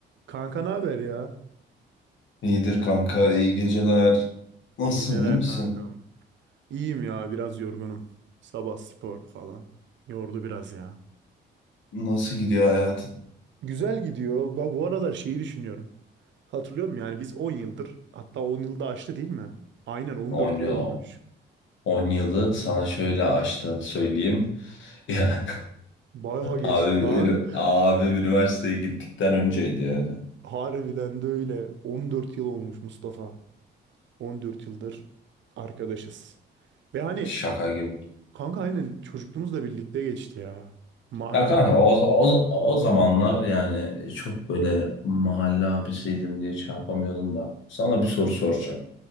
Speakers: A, on the right; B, on the left.
A: Kanka ne haber ya?
B: İyidir kanka, iyi geceler. Nasılsın,
A: İyi geceler
B: iyi misin?
A: kankam. İyiyim ya biraz yorgunum. Sabah spor falan. Yordu biraz ya.
B: Nasıl gidiyor hayatın?
A: Güzel gidiyor. Ben bu aralar şeyi düşünüyorum. Hatırlıyor musun? Yani biz 10 yıldır hatta 10 yılda aştı değil mi? Aynen 14
B: 10 yıl,
A: yıl olmuş.
B: on yılı sana şöyle açtığını söyleyeyim. <laughs> Ya
A: Bayağı geçti
B: abi ünü-
A: lan.
B: abi üniversiteye gittikten önceydi yani.
A: Harbiden de öyle. 14 yıl olmuş Mustafa. 14 yıldır arkadaşız. Ve hani
B: Şaka gibi.
A: kanka aynen çocukluğumuzla birlikte geçti ya. Mahalle
B: Ya kanka
A: falan.
B: o, o, o zamanlar yani çok böyle mahalle abisiydim diye şey yapamıyordum da. Sana bir soru soracağım.